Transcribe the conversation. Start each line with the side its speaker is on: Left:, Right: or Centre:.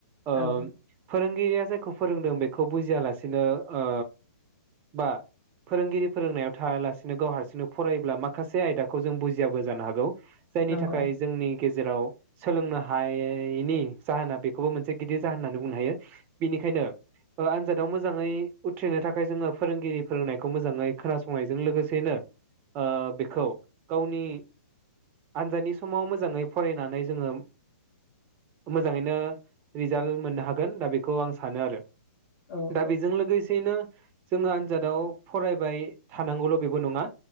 Right: फोरों
Left: औ
Right: फोरोंगिरिया जायखौ फोरोंदों बेखौ बुजिया लासिनो ओ बा फोरोंगिरि फोरोंनायाव थायालासिनो गाव हारसिंनो फराय अब्ला माखासे आयदाखौ जों बुजियाबो जानो हागौ जायनि
Left: नंगौ
Right: थाखाय जोंनि गेजेराव जेराव सोलोंनो हायैनि जाहोना बेखौबो मोनसे गिदिर जाहोन होननानै बुंनो हायो बेनिखायनो ओ आनजादाव मोजाङै उथ्रिनो थाखाय जोङो फोरोंगिरि फोरोंनायखौ मोजाङै खोनासंनायजों लोगोसेनो ओ बेखौ गावनि आनजादनि समाव मोजाङै फरायनानै जोङो मोजाङैनो रिजाल्ट मोननो हागोन दा बेखौ आं सानो आरो
Left: औ
Right: दा
Left: औ
Right: बेजों लोगोसेयैनो जोङो आनजादाव फरायबाय थानांगौल' बेबो नङा।